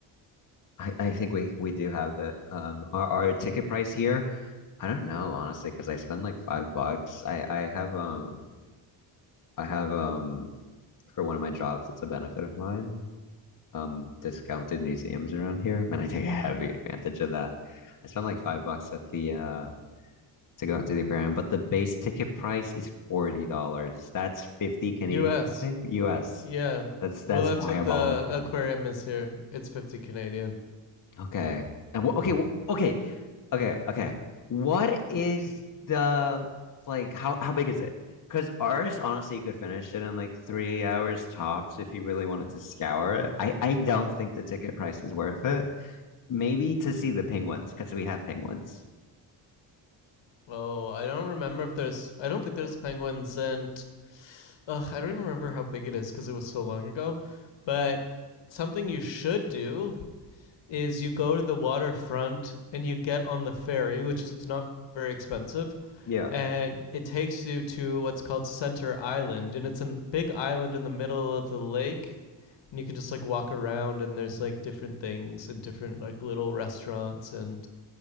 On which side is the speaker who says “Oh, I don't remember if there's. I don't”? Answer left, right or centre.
Left